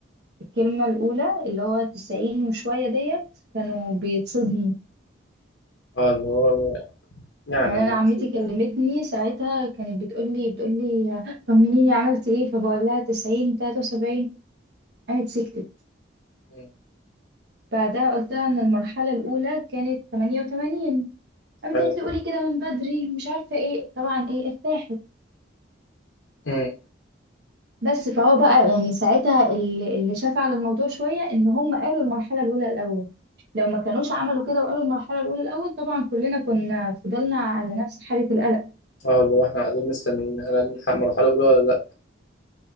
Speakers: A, on the right; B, on the left.
A: الكلمة الأولى اللي هو 90 وشوية ديت كانوا بيتصدموا
B: اه اللي هو يعني
A: يعني
B: اما
A: انا عمتي
B: نشوف
A: كلمتني ساعتها كانت بتقول لي بتقول لي طمنيني عملت ايه فبقول لها 90 73 قامت سكتت
B: مم.
A: بعدها قلت لها ان المرحله الاولى كانت 88 قامت
B: ايوه
A: قالت لي قولي كده من بدري مش عارفه ايه طبعا ايه ارتاحت
B: مم.
A: بس فهو بقى يعني ساعتها اللي اللي شاف على الموضوع شويه ان هم قالوا المرحله الاولى الاول لو ما كانوش عملوا كده وقالوا المرحله الاولى الاول طبعا كلنا كنا فضلنا على نفس حاله القلق
B: اه اللي هو احنا قاعدين مستنيين هل هنلحق مرحلة أولى ولا لأ